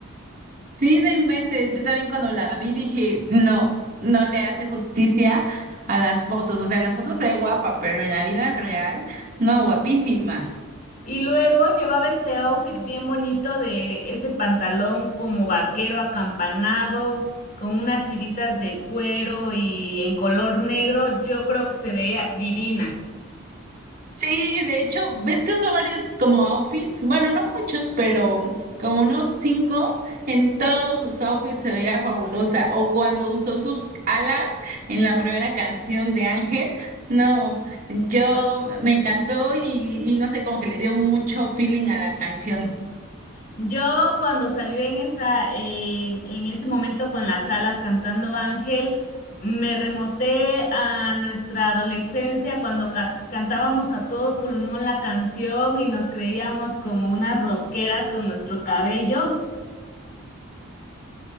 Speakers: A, on the right (about 40°); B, on the left (about 40°).
A: Sí, no inventes. Yo también cuando la vi dije, no, no le hace justicia a las fotos. O sea, en las fotos se ve guapa, pero en la vida real, no, guapísima.
B: Y luego llevaba ese outfit bien bonito de ese pantalón como vaquero acampanado, con unas tiritas de cuero y en color negro. Yo creo que se veía divina.
A: Sí, de hecho, ves que usó varios como outfits, bueno, no muchos, pero como unos cinco, en todos sus outfits se veía fabulosa. O cuando usó sus alas en la primera canción de Ángel, no, yo me encantó y, y no sé, como que le dio mucho feeling a la canción.
B: Yo cuando salió en esa, en, en ese momento con las alas cantando Ángel, me remoté a nuestra adolescencia cuando ca- cantábamos a todo pulmón la canción y nos creíamos como unas rockeras con nuestro cabello.